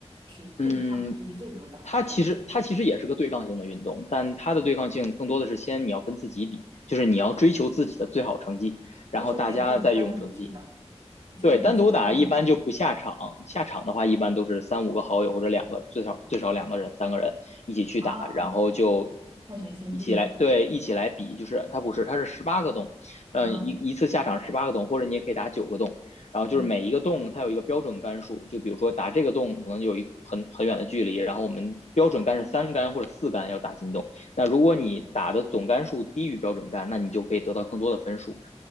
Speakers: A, on the right (about 45°); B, on the left (about 75°).
A: 是对抗，
B: 嗯，
A: 就是这种打，
B: 它其实它其实也是个对抗性的运动，但它的对抗性更多的是先你要跟自己比，就是你要追求自己的最好成绩，然后大家再用成绩。
A: 就是说你也可以单独去打，就是你自己单独打球
B: 对，单独打一般就不下场，下场的话一般都是三五个好友或者两个，最少最少两个人、三个人一起去打，
A: 啊，
B: 然后就
A: 看谁先进洞。
B: 一起来，对，一起来比，就是它不是，它是十八个洞，嗯、
A: 嗯
B: 呃一一次下场十八个洞，或者你也可以打九个洞，然后就是每一个洞它有一个标准杆数，
A: 嗯
B: 就比如说打这个洞可能有一很很远的距离，然后我们标准杆是三杆或者四杆要打进洞，那如果你打的总杆数低于标准杆，
A: ，OK，
B: 那你就可以得到更多的分数，